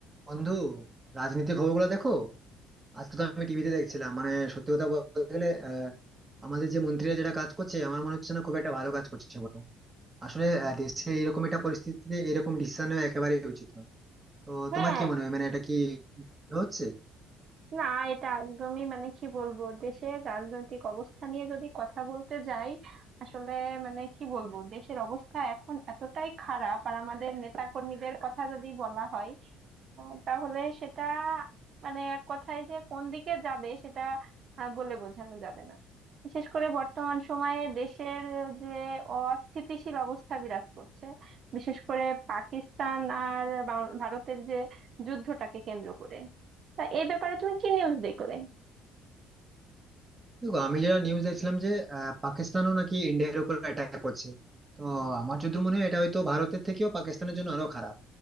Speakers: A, on the right; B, on the right.
A: বন্ধু রাজনীতির খবরগুলো দেখো আজকে তো আমি টিভিতে দেখছিলাম মানে সত্যি কথা বলতে গেলে আহ, আমাদের যে মন্ত্রীরা যেটা কাজ করছে আমার মনে হচ্ছে না খুব একটা ভালো কাজ করছে বলে আসলে আহ, দেশে এরকম একটা পরিস্থিতিতে এরকম ডিসিশন নেওয়া একেবারেই উচিত না তো
B: হ্যাঁ
A: তোমার কি মনে হয় মানে এটা কি হচ্ছে
B: না এটা একদমই মানে কি বলবো দেশের রাজনৈতিক অবস্থা নিয়ে যদি কথা বলতে যাই আসলে মানে কি বলবো দেশের অবস্থা এখন এতটাই খারাপ আর আমাদের নেতা কর্মীদের কথা যদি বলা হয় আহ, তাহলে সেটা মানে এক কথায় যে কোন দিকে যাবে সেটা আহ, বলে বোঝানো যাবে না বিশেষ করে বর্তমান সময়ে দেশের আহ, যে অস্থিতিশীল অবস্থা বিরাজ করছে বিশেষ করে পাকিস্তান আর বা- ভারতের যে যুদ্ধটাকে কেন্দ্র করে তা এই ব্যাপারে তুমি কি নিউজ দেখলে
A: দেখো আমি যেটা নিউজ দেখছিলাম যে আহ, পাকিস্তানও নাকি ইন্ডিয়ার উপর অ্যাটাক করছে তো আমার যদি মনে হয় এটা হয়তো ভারতের থেকেও পাকিস্তানের জন্য আরো খারাপ